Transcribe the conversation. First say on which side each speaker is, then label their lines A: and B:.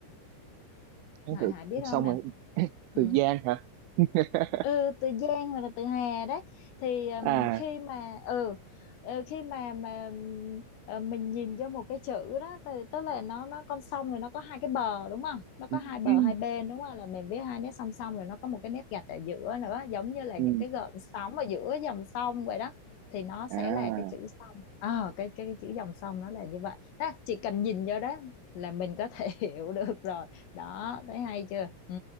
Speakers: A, on the right (about 75°); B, on the left (about 75°).
A: Tháng
B: Hải
A: tự
B: Hải biết
A: xong
B: không nè?
A: rồi <coughs>
B: Ừ.
A: Từ Giang hả <laughs>
B: ừ từ Giang hoặc là từ Hà đấy thì ừm,
A: à
B: khi mà ừ ờ, khi mà mà ừm, ờ, mình nhìn vô một cái chữ đó thì, tức là nó nó con sông rồi nó có hai cái bờ đúng không nó có
A: ừ,
B: hai bờ
A: ừ,
B: hai bên đúng không là mình viết hai nét song song rồi nó có một cái nét gạch ở giữa nữa giống như là
A: ừ.
B: những cái gợn sóng ở giữa dòng sông vậy đó thì nó sẽ
A: à
B: là cái chữ sông Ờ, cái, cái cái chữ dòng sông nó là như vậy đó, chỉ cần nhìn vô đó là mình có thể <laughs> hiểu được rồi đó thấy hay chưa ừ